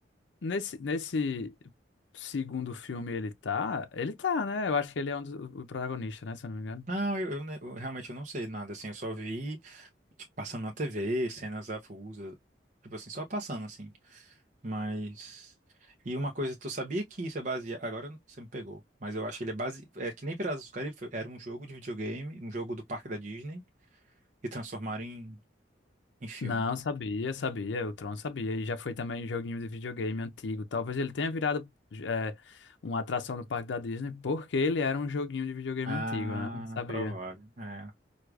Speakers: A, on the left (about 75°); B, on the right (about 45°).
A: nesse, nesse segundo filme ele tá? Ele tá, né? Eu acho que ele é um dos, o protagonista, né? Se eu não me engano.
B: não, eu, eu ne- eu realmente eu não sei nada, assim. Eu só vi, tipo, passando na TV, cenas avulsas. Tipo assim, só passando, assim. Mas. E uma coisa, tu sabia que isso é baseado. Agora você me pegou. Mas eu acho que ele é base. É que nem Piratas do Caribe foi- era um jogo de videogame, um jogo do parque da Disney, e transformaram em, em filme.
A: Não, sabia, sabia, o Tron sabia, e já foi também joguinho de videogame antigo. Talvez ele tenha virado é, uma atração no parque da Disney, porque ele era um joguinho de videogame
B: Ah,
A: antigo, né? Sabia,
B: provável. É,